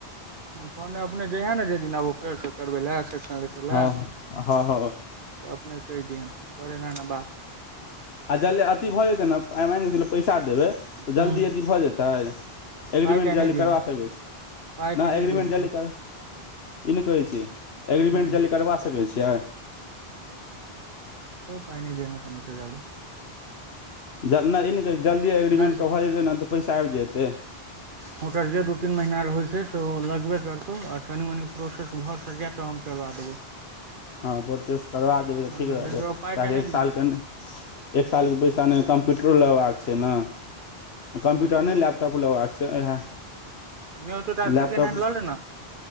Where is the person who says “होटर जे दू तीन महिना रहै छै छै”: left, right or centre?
Right